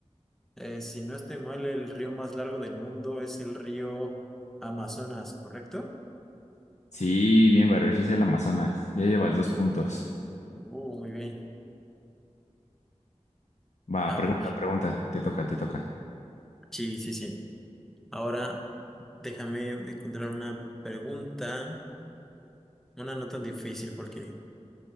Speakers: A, in the centre; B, on the left.
A: Eh, si no estoy mal, el río más largo del mundo es el río Amazonas, ¿correcto?
B: Sí, bien, Baruch, es el Amazonas. Ya llevas dos puntos.
A: Uh, muy bien.
B: Va,
A: A
B: pregunta,
A: ver,
B: pregunta. Te toca, te toca.
A: sí, sí, sí. Ahora déjame encontrar una pregunta, una no tan difícil, porque...